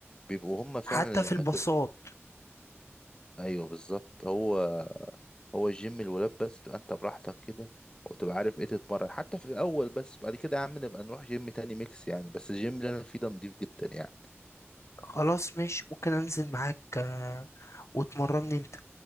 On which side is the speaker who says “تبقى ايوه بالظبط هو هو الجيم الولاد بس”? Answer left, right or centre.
Left